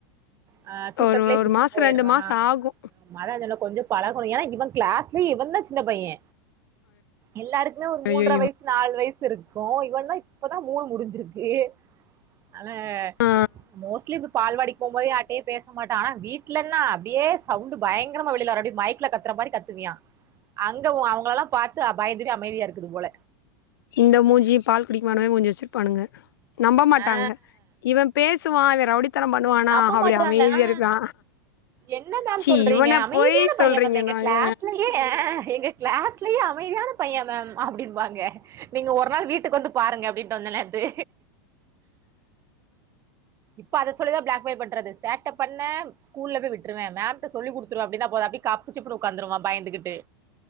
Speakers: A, on the right; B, on the left.
A: ஆ தூக்கத்திலயே
B: ஒரு ஒரு
A: சுச்சு
B: மாசோ
A: போய்றா
B: ரெண்டு மாசோ ஆகு
A: மழ <unintelligible> கொஞ்சோ பழகணு ஏன்னா இவன் கிளாஸ்லயே இவந்தா சின்னப்பையே எல்லாருக்குமே ஒரு
B: அய்யய்யோ
A: மூன்ற வய்சு நாலு வய்சு இருக்கு இவந்தா இப்பதா மூணு முடிஞ்சிருக்கு ஆனா
B: ஆ
A: மோஸ்ட்லி பால்வாடிக் போமோது யார்ட்டயு பேச மாட்டா ஆனா வீடலன்னா அப்டியே சவுண்டு பயங்கரமா வெளில வரு அப்டி மைக்ல கத்தற மாரி கத்துவியா அங்க ஒ அவுங்களல்லா பாத் து பயந்துட்டு அமைதியா இருக்குது போல
B: இந்த மூஞ்சியு பால் குடிக்குமானே மூஞ்சி வச்சிருப்பானுங்க நம்ப மாட்டாங்க
A: ஆ
B: இவ பேசுவா இவ ரவுடித்தன பண்ணுவானா
A: நம்ப
B: அப்டி
A: மாட்றாங்க
B: அமைதியா
A: ஆ
B: இருப்பா
A: என்ன மேம்
B: ச்சீ
A: சொல்றீங்க
B: இவன
A: அமைதியான
B: போய்
A: பைய்ய
B: சொல்றீங்க
A: மேம் எங்க
B: நாங்க
A: கிளாஸ்லயே ம் எங்க கிளாஸ்லயே அ மைதியான பைய்ய மேம் அப்டிம்பாங்க நீங்க ஒரு நாள் வீட்டுக்கு வந்து பாருங்க அப்டின்னுட்டு வந்த நேத்து இப்ப அத சொல்லித பிளாக் மெயில் பண்றது சேட்ட பண்ண ஸ்கூல்ல போய் விட்ருவே மேம்ட சொல்லி குடுத்துருவ அப்டின்னா போது அப்டியே கப்பு சிப்புன்னு உட்காந்துருவா பயந்துகிட்டு